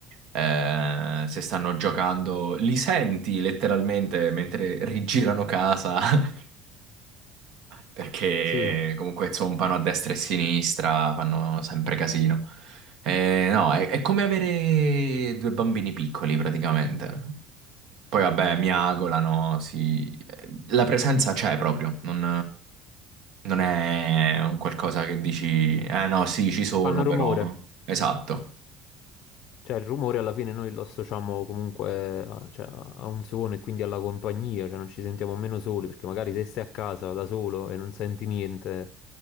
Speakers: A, on the right; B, on the left.
A: Eh, se stanno giocando, li senti letteralmente mentre rigirano casa. <laughs> perché
B: Sì,
A: comunque zompano a destra e a sinistra, fanno sempre casino. Eh, no, è, è come avere due bambini piccoli praticamente. Poi vabbè, miagolano, si... la presenza c'è proprio, non, non è un qualcosa che dici, eh no, sì, ci sono
B: fanno
A: però.
B: rumore.
A: Esatto.
B: Cioè, il rumore alla fine noi lo associamo comunque a, cioè, a un suono e quindi alla compagnia, cioè non ci sentiamo meno soli, perché magari se stai a casa da solo e non senti niente,